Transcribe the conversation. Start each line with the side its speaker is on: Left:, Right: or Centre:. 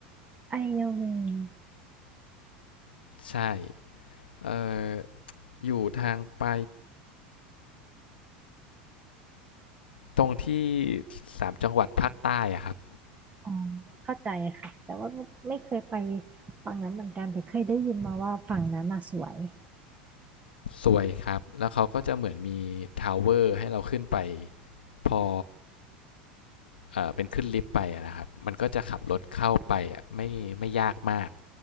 Right: ไอเยาวิง
Left: ใช่เอ่ออยู่ทางไปตรงที่สามจังหวัดภาคใต้อะครับ
Right: อ๋อเข้าใจค่ะแต่ว่าไม่เคยไปฝั่งนั้นเหมือนกันแต่เคยได้ยินมาว่าฝั่งนั้นน่ะสวย
Left: สวยครับแล้วเขาก็จะเหมือนมีทาวเวอร์ให้เราขึ้นไปพอเอ่อเป็นขึ้นลิฟต์ไปอะนะครับมันก็จะขับรถเข้าไปอะไม่ไม่ยากมาก